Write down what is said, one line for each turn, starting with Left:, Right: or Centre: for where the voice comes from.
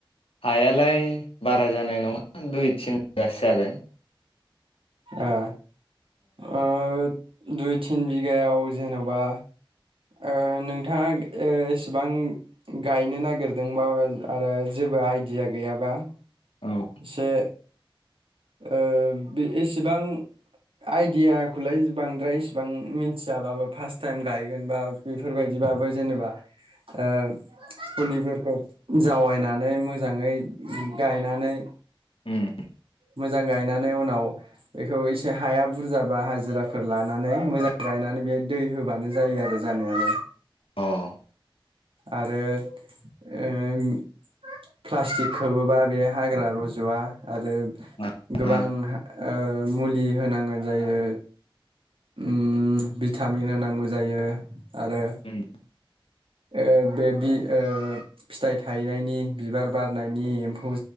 Left: हाया लाय बारा जानाय नङा दुइ तिन <unintelligible> बासो जागोन।
Right: ओ ओ दुइ तिन बिगायाव जेनबा। ओ-नोंथाङा ओ-इसेबां गायनो नागिरदोंबा आरो जेबो आइदिया गैयाबा।
Left: ओ
Right: से ओ- बे एसेबां आइदियाखौलाय बांद्राय इसिबां मिथियाबाबो फार्स्ट टाइम गायगोन बा बेफोर बायदिबाबो जेनेबा ओ- फुलिफोरखौ जावायनानै मोजाङै गायनानै।
Left: उम
Right: मोजां गायनानै उनाव बेखौ एसे हाया बुरजाबा हाजिराफोर लानानै मोजां गायनानै बेयाव दै होबानो जायो आरो जानायालाय।
Left: औ
Right: आरो ओ- प्लास्टिक खोबोबा बे हाग्रा रजवा। आरो
Left: आ
Right: गोबां
Left: आ
Right: ओ- मुलि होनांगोन। जायो उम भिटामिन होनांगौ जायो। आरो
Left: उम
Right: ओ- बे बि ओ- फिथाइ थायनायनि बिबार बारनायनि एमफौ